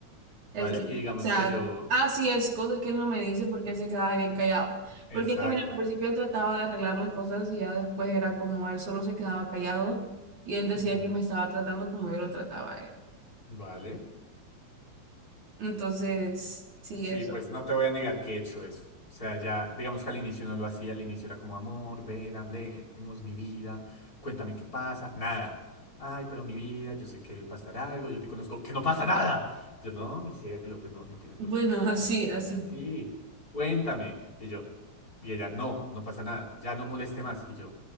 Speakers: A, on the right; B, on the left.
A: El
B: ¿Vale?
A: que,
B: Y digamos
A: o sea,
B: que yo,
A: ah, sí, es cosas que él no me dice porque él se quedaba bien callado.
B: Exacto.
A: Porque es que, mira, al principio él trataba de arreglar las cosas y ya después era como él solo se quedaba callado y él decía
B: Ujú.
A: que me estaba tratando como yo lo trataba a él.
B: Vale.
A: Entonces, sí,
B: Sí,
A: eso.
B: pues no te voy a negar que he hecho eso. O sea, ya, digamos que al inicio no lo hacía, al inicio era como, amor, ven, hablemos, mi vida, cuéntame qué pasa, nada. Ay, pero mi vida, yo sé que pasará algo, yo te conozco, que no pasa nada. Yo, no, mi cielo, pues no, no tienes
A: Bueno,
B: por qué
A: <laughs> así, así.
B: hablarme así, cuéntame. Y yo, y ella, no, no pasa nada, ya no moleste más. Y yo,